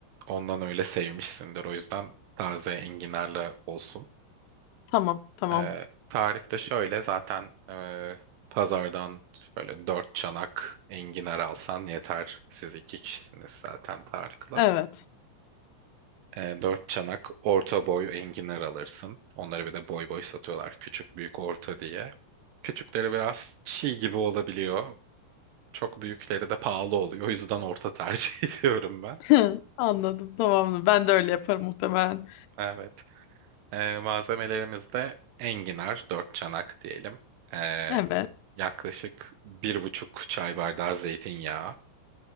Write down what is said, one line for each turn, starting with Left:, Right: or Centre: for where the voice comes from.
Right: ondan öyle sevmişsindir o yüzden taze enginarla olsun.
Left: Tamam tamam.
Right: Ee, tarifte şöyle zaten e, pazardan şöyle dört çanak enginar alsan yeter. Siz iki kişisiniz zaten Tarık'la.
Left: Evet.
Right: Ee, dört çanak orta boy enginar alırsın. Onları bir de boy boy satıyorlar. Küçük, büyük, orta diye. Küçükleri biraz çiğ gibi olabiliyor. Çok büyükleri de pahalı oluyor. O yüzden orta tercih <laughs> ediyorum ben.
Left: <laughs> Anladım tamam. Ben de öyle yaparım muhtemelen.
Right: Evet. Ee, malzemelerimizde enginar, dört çanak diyelim. Ee,
Left: Evet
Right: yaklaşık bir buçuk çay bardağı zeytinyağı.